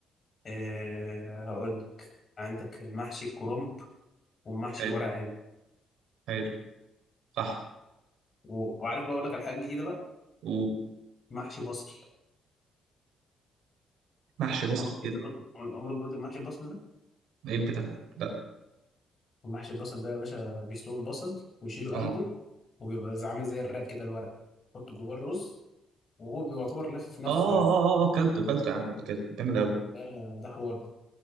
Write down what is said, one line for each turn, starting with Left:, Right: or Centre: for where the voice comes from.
Left: آه هقول لك عندك المحشي الكرنب والمحشي
Right: حلو
Left: الورق عنب
Right: حلو صح
Left: و- وعارف بقى اقول لك على حاجه جديده بقى
Right: ومحشي
Left: محشي بصل
Right: بصل
Left: عمرك
Right: كده
Left: انت دوت- عمرك دوت المحشي البصل ده
Right: ايه البتاع ده لا
Left: المحشي البصل ده يا باشا بيسلقوا البصل ويشيلوا
Right: اه
Left: قلبه
Right: اه
Left: وبيبقى زي- عامل زي الرق كده الورقه يحط جواه الرز وهو بيعتبر لف في نفسه
Right: اه
Left: يعني
Right: اه آه، كلته كلته يا عم قبل كده جامد قوي
Left: ده ده حوار ده